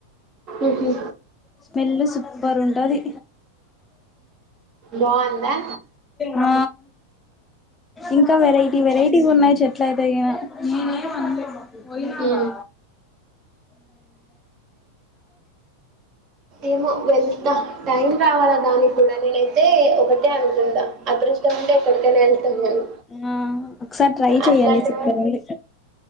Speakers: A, on the right; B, on the left.
A: ఉహు
B: స్మెల్ సూప్పర్ ఉండది
A: బాగుందా
B: మ ఇంకా వెరైటి వెరైటిగా ఉన్నాయి చెట్లయితే గిన నేనేమ్ అన్లేదు పోయినా
A: ఉ
B: వ
A: ఏమో వెల్ ధా టైం రావాలా దానికి కూడా నేనైతే ఒకటే అనుకుందా అదృష్టం ఉంటే ఎప్పడికైనా వెళ్తాం మేము
B: ఆ ఒకసారి ట్రై చెయ్యండి
A: అట్లాంటి
B: సూపర్
A: వా
B: ఉంది